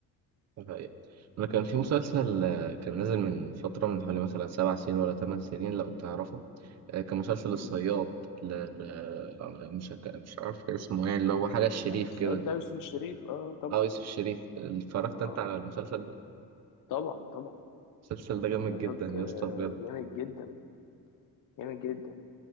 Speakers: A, on the right; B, on the left.
A: ده حقيقي. أنا كان في مسلسل آه، كان نازل من فترة من حوالي مثلا سبع سنين ولا ثمان سنين لو تعرفه آه، كان مسلسل الصياد
B: مم.
A: ل... ل... مش هك- مش عارف كان اسمه ايه اللي هو حاجة الشريف
B: الصياد
A: كده
B: بتاع يوسف الشريف اه طبعا
A: اه يوسف الشريف اتفرجت
B: اه آه.
A: انت على المسلسل ده
B: طبعا طبعا
A: المسلسل ده جامد
B: الصياد
A: جدا يا
B: آه،
A: اسطى بجد
B: جامد جدا جامد جدا